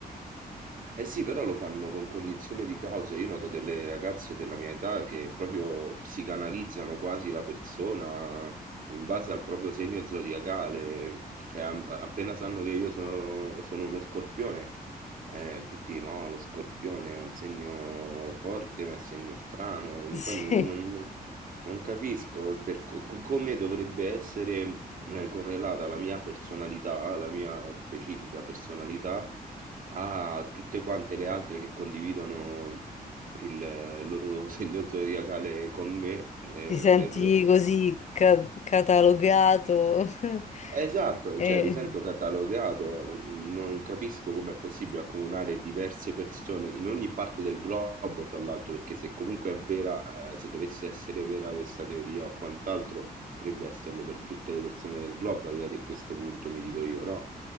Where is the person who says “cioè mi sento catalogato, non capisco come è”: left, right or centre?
Right